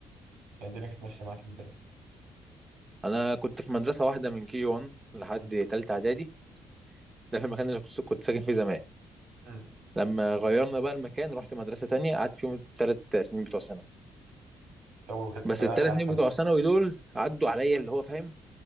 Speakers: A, on the right; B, on the right.
A: الدنيا كانت ماشية معاك إزاي؟
B: انا كنت في مدرسه واحده من كي جي 1 لحد
A: مم.
B: تالتة اعدادي ده في المكان اللي كنت كنت ساكن فيه زمان
A: مم.
B: لما غيرنا بقى المكان رحت مدرسه تانية قعدت فيهم الثلاث سنين بتوع ثانوي
A: طب وكانت
B: بس
A: أنهي
B: الثلاث
A: أحسن؟
B: سنين بتوع ثانوي دول عدوا عليا اللي هو فاهم